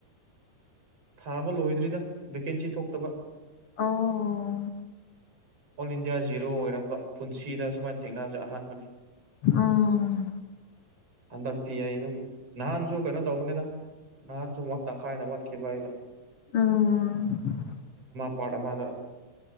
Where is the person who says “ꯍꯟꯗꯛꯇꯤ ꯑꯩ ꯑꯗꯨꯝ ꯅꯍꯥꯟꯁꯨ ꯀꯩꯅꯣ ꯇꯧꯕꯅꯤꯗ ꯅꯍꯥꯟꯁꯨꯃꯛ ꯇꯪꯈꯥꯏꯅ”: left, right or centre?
Right